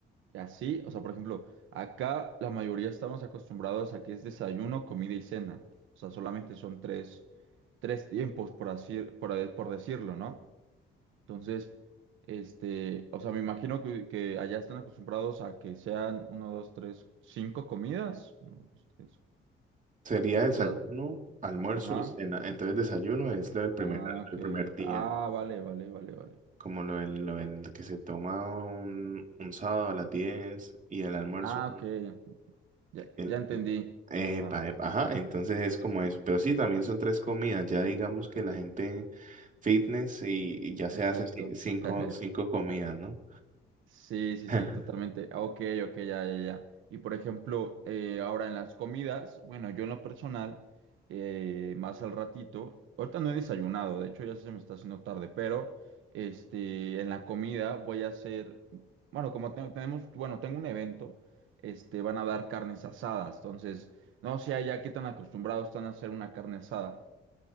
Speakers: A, on the right; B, on the right.
A: Y así, o sea, por ejemplo, acá la mayoría estamos acostumbrados a que es desayuno, comida y cena. O sea, solamente son tres, tres tiempos, por así, por, de- por decirlo, ¿no? Entonces, este, o sea, me imagino que, que allá están acostumbrados a que sean uno, dos, tres, cinco comidas. Uno, dos, tres.
B: Sería
A: O
B: desayuno,
A: sea,
B: almuerzo
A: ajá.
B: y cena. Entonces desayuno es lo del primer,
A: Ah,
B: el
A: que.
B: primer día,
A: Ah, vale, vale, vale, vale.
B: como lo del, lo del que se toma un, un sábado a las 10 y el almuerzo.
A: Ah, ok. Ya,
B: El,
A: ya entendí.
B: el- epa,
A: Ajá.
B: epa, ajá, entonces es como eso. Pero sí, también son tres comidas. Ya digamos que la gente fitness y, y ya se
A: Exacto.
B: hace ci- cinco,
A: <laughs>
B: cinco comidas, ¿no?
A: Sí, sí,
B: <laughs>
A: sí, totalmente. Ah, Ok, ok, ya, ya, ya. Y por ejemplo, eh, ahora en las comidas, bueno, yo en lo personal, eh, más al ratito, ahorita no he desayunado, de hecho ya se me está haciendo tarde, pero este, en la comida voy a hacer, bueno, como te- tenemos, bueno, tengo un evento, este, van a dar carnes asadas, entonces, no sé allá qué tan acostumbrados están a hacer una carne asada.